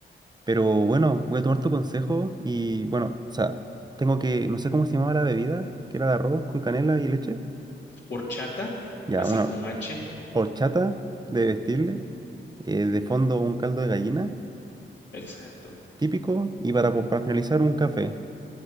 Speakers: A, on the right; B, on the left.
A: Pero bueno, voy a tomar tu consejo y bueno, o sea, tengo que, no sé cómo se llamaba la bebida, que era de arroz con canela y leche.
B: Horchata,
A: Ya,
B: así
A: una
B: con H,
A: horchata de vestirle, eh, de fondo un caldo de gallina,
B: exacto.
A: típico, y para, po- para finalizar un café